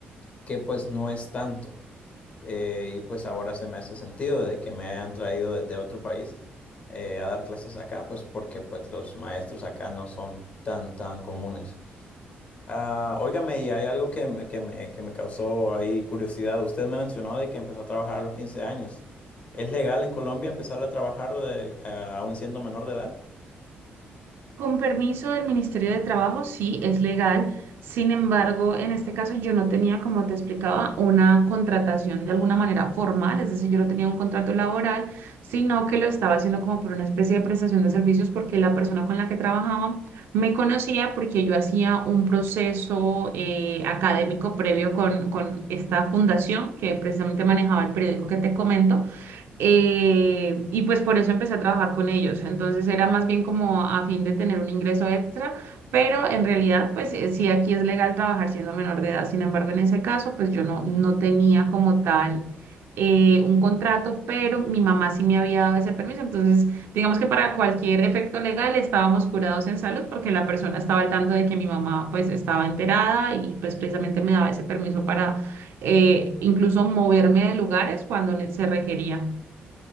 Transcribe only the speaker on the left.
que pues no es tanto. Eh, y pues ahora se me hace sentido de que me hayan traído desde otro país eh, a dar clases acá, pues porque pues los maestros acá no son tan tan comunes. Ah, óigame, y hay algo que me, que me, que me causó ahí curiosidad. Usted me mencionó de que empezó a trabajar a los 15 años. ¿Es legal en Colombia empezar a trabajar de- ah, aún siendo menor de edad?